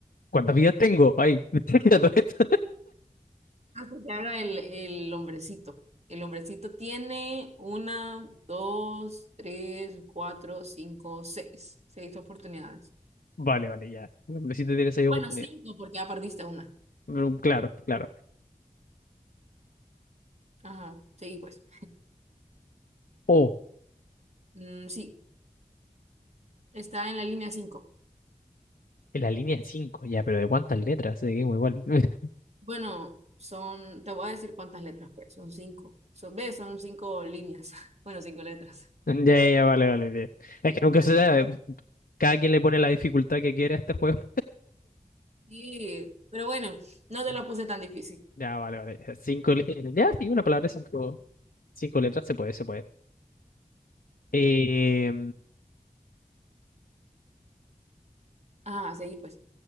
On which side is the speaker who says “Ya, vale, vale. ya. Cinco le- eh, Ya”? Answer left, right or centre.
Left